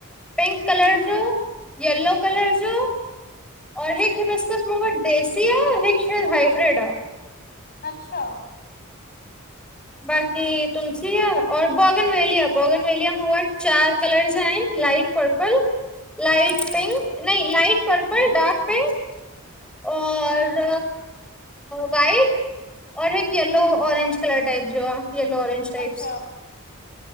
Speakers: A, in the centre; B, on the left.
A: पिंक कलर
B: हूं हूं
A: जो, यलो कलर जो और हे खे हिबिसकस मूं वट देसी आहे और हिकु हे शा हाइब्रिड आ।
B: अच्छा!
A: बाकी तुलसी आ और बॉगनवेलिया आ, बॉगन वेलिया मूं वटि चार कलर जा आहिन। लाइट पर्पल लाईट
B: हूं
A: पिंक, न लाइट पर्पल, डार्क पिंक और
B: हूं
A: वाइट औ हिकु यलो
B: हूं
A: ऑरेंज कलर टाइप जो आ। Yellow orange types.
B: अच्छा